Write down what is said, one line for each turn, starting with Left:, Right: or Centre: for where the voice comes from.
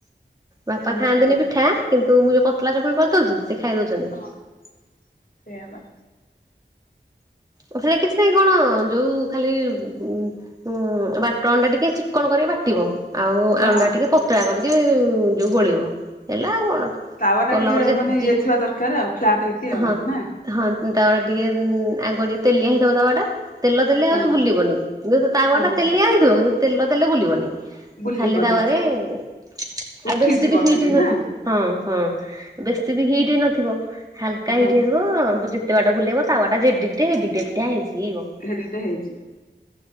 Right: ବାପା
Left: ସମସ୍ତେ
Right: ଖାଆନ୍ତିନି
Left: କରିପାରିବେ
Right: ପିଠା କିନ୍ତୁ ମୁଁ ଯଉ ପ ତଳା ଚକୁଳି କରିଦଉଛି ସେ ଖାଇ ଦଉଛନ୍ତି।
Left: ହଁ ସେଇଆ ବା।
Right: ପଠେଇଲେ କିଛି ନାହିଁ କଣ-ଅ-ଅ-ଅ ଯଉଁ-ଉ -ଉ ଖାଲି-ଇ-ଇ-ଇ ଉ ଉଁ-ଉ-ଉ ବାଟଣ ଟା ଟିକେ ଚିକଣ କରିକି ବାଟିବ। ଆଉ
Left: ହଁ।
Right: ଆଣ ଟା ଟିକେ ପତଳା କରିକି-ଇ-ଇ ଯୋଉ ଗୋଳେଇବ ହେଲା ଆଉ କଣ।
Left: ତାୱା ଟା
Right: ପଲମରେ
Left: ଟିକେ-ଏ-ଏ ମାନେ
Right: ଯେ
Left: ଇଏ ଥିବା ଦରକାର ଆଉ ଫ୍ଲାଟ ହେଇକି ଆଉ
Right: ହଁ
Left: ନା।
Right: ହଁ ତାୱା ଟିକେ-ଏ-ଏ-ଏ ଉ-ଉ-ଉ ଆଗ ଟିକେ ତେଲିଆ ହେଇଥବ ତାୱା ଟା। ତେଲ ଦେଲେ
Left: ହଁ।
Right: ଆଉ ବୁଲିବନି କିନ୍ତୁ ତାୱା
Left: ହଁ
Right: ଟା ତେଲିଆ ହେଇଥିବ କିନ୍ତୁ ତେଲ ଦେଲେ ବୁଲିବନି।
Left: ବୁଲିବନି
Right: ଖାଲି ତାୱାରେ-ଏ-ଏ
Left: ସେ ଉଠିଯିବ
Right: ଆଉ ବେଶୀ ବି ହିଟ
Left: ଖାଲି
Right: ହେଇ ନଥିବ।
Left: ନା
Right: ହଁ ହଁ ବେଶୀ ବି ହିଟ୍ ହେଇ ନଥିବ ହାଲକା
Left: ହଁ
Right: ହିଟ୍ ହେଇଥିବ-ଅ-ଅ ଯେତେ ବାଟ ବୁଲେଇବ ତାୱାଟା ଯେଡ଼ିକି ଟେ ହେଡିକି ଟେ ପିଠା ହେଇଯିବ।
Left: ହେଡ଼ିକି ଟେ ହେଇଛି।